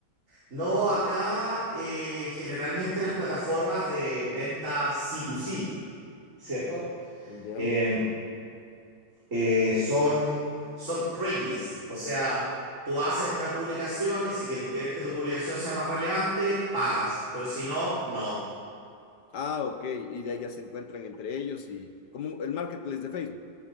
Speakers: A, on the right; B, on the left.
A: no, acá eh, generalmente las plataformas de venta C2C, ¿cierto?
B: ¿Ya?
A: Em, eh, son, son Craigslist, o sea... Tú haces una publicación y si que tú quieres que tu publicación sea más relevante, pagas, pero si no, no.
B: Ah, ok, y de ahí ya se encuentran entre ellos y como el marketplace de Facebook.